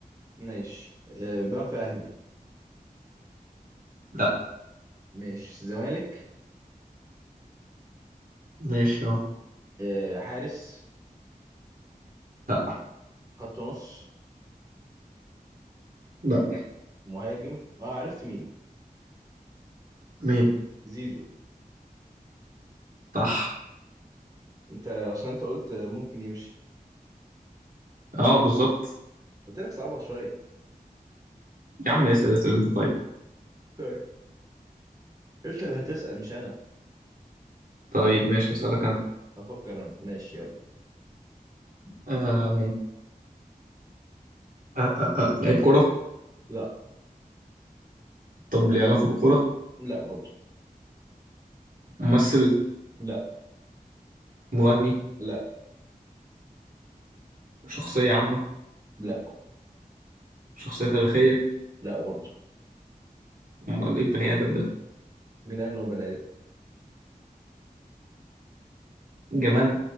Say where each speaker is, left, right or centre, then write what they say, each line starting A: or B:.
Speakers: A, on the right; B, on the right.
A: ماشي أه بيلعب في اهلي
B: لا
A: ماشي زمالك
B: ماشي اه
A: أه حارس
B: لا
A: خط نص
B: لا
A: مهاجم اه عرفت مين
B: مين
A: زيزو
B: صح
A: انت عشان انت قلت آه، ممكن يمشي
B: اه بالظبط
A: قلت لك صعبها شويه
B: يا عم اسأل اسأل انت طيب
A: طيب انت اللي هتسأل مش انا
B: طيب ماشي هسألك انا
A: افكر انا ماشي يلا
B: آه آه آه آه. لعيب كرة
A: لا
B: طب ليه علاقة بالكرة
A: لا برضه
B: ممثل
A: لا
B: مغني
A: لا
B: شخصية عامة
A: لا
B: شخصية تاريخية
A: لا برضه
B: امال ايه البني آدم ده
A: مين قال ان هو بني ادم
B: جماد